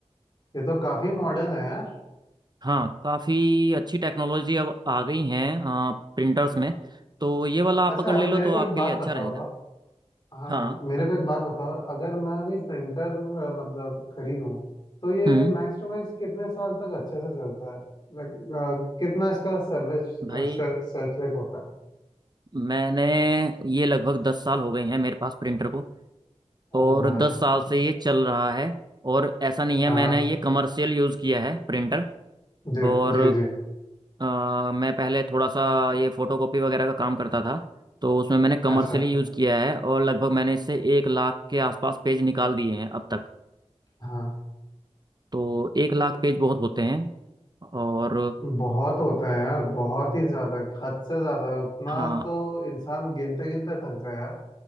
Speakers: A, on the left; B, on the right.
A: ये तो काफी मॉडर्न है यार
B: हाँ काफ़ी अच्छी टेक्नोलॉजी अब आ गई हैं प्रिंटर्स
A: हाँ
B: में तो ये वाला आप
A: अच्छा
B: अगर ले
A: मेरे
B: लो तो
A: को
B: आपके
A: एक बात
B: लिए अच्छा
A: बताओ
B: रहेगा
A: आप हाँ
B: हाँ
A: हाँ मेरे को एक बात बताओ अगर मैं अभी प्रिंटर मतलब खरीदूं तो ये
B: हम्म
A: मैक्स टू मैक्स कितने साल तक अच्छे से चलता है लाइक कितना इसका सर्विस
B: भाई
A: सर्च लाइफ होता है
B: मैंने ये लगभग दस साल हो गए हैं मेरे पास प्रिंटर को और
A: ओ भाई
B: दस साल
A: साहब
B: से ये चल रहा है और ऐसा नहीं है
A: हाँ
B: मैंने ये कमर्शियल यूज़ किया है प्रिंटर
A: जी
B: और
A: जी जी
B: अ, मैं पहले थोड़ा सा ये फोटोकॉपी वगैरह का काम करता था तो उसमें मैंने कमर्शियली
A: अच्छा
B: यूज़ किया है और लगभग मैंने इससे एक लाख के आसपास पेज निकाल दिए हैं अब तक
A: हाँ
B: तो एक लाख पेज बहुत होते हैं और
A: बहुत होता है यार बहुत ही ज्यादा हद से ज्यादा उतना
B: हाँ
A: तो इंसान गिनते गिनते थक जाए यार